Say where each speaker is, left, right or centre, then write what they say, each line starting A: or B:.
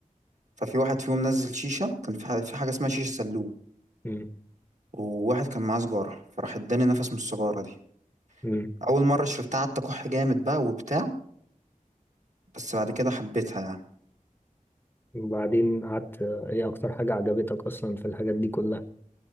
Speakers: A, on the right; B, on the left.
A: ففي واحد فيهم نزل شيشة كان في حاجة, في حاجة اسمها شيشة سلوم
B: امم
A: وواحد كان معاه سجارة فراح اداني نفس من السجارة دي
B: امم
A: أول مرة شربتها قعدت أكح جامد بقى وبتاع بس بعد كده حبيتها يعني
B: وبعدين قعدت ايه اكتر حاجة عجبتك اصلا في الحاجات دي كلها